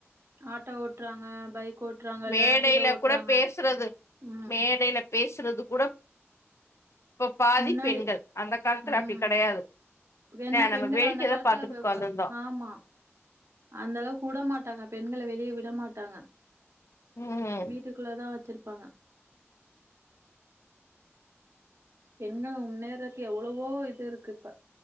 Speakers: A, on the right; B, on the left.
A: ஆட்டோ ஓட்றாங்க பைக் ஓட்றாங்க
B: மேடேல
A: ரேபிடோ ஓட்றாங்க
B: கூட பேசுறது
A: ம்
B: மேடேல பேசுறது கூட இப்ப பாதி
A: முன்னாடி
B: பெண்கள் அந்த காலத்துல
A: உம்
B: அப்டி கெடையாது
A: ஏன்னா
B: நம்ம
A: பெண்கள்
B: வேடிக்கைதா
A: அந்த காலத்துல
B: பாத்துட்டு
A: வவ
B: உக்காந்துருந்தோ
A: ஆமா அந்த அளவுக்கு உட மாட்டாங்க பெண்கள வெளிய வி விட மாட்டாங்க
B: ம்
A: வீட்டுக்குள்ள தான் வச்சிரு பாங்க பெண்கள முன்னேறதுக்கு எவ்ளவோ இது இருக்கு இப்ப